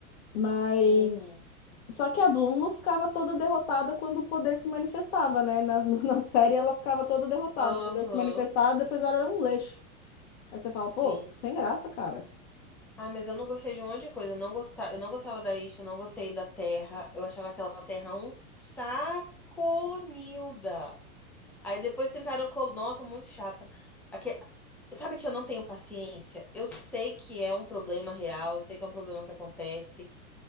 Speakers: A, on the left; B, in the centre.
A: Mas.
B: uhum,
A: Só que a Bloom não ficava toda derrotada quando o poder se manifestava, né? Na, <laughs> na série ela ficava toda derrotada.
B: uhum,
A: O poder se manifestava, depois ela era um leixo. Aí você
B: sim.
A: fala, pô, sem graça, cara.
B: Ah, mas eu não gostei de um monte de coisa. Eu não gostava, eu não gostava da Isha, eu não gostei da Terra. Eu achava aquela Terra um saco, Nilda. Aí depois tentaram... col- Nossa, muito chata. Aque- Sabe que eu não tenho paciência? Eu sei que é um problema real, eu sei que é um problema que acontece.